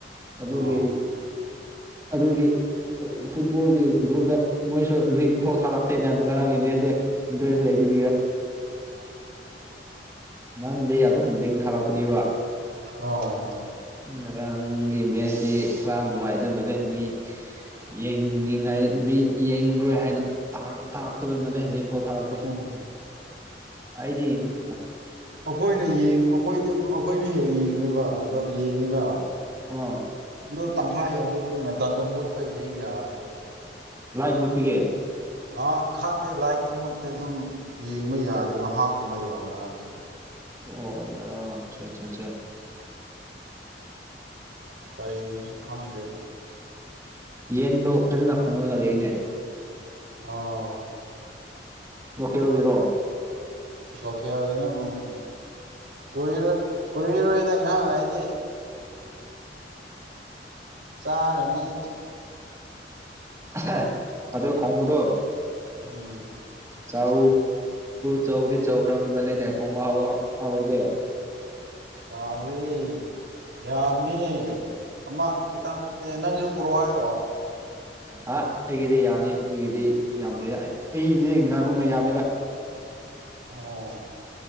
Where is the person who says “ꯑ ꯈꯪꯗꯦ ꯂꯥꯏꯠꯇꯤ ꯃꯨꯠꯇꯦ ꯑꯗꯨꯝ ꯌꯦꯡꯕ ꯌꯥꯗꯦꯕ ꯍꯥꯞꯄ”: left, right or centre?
Right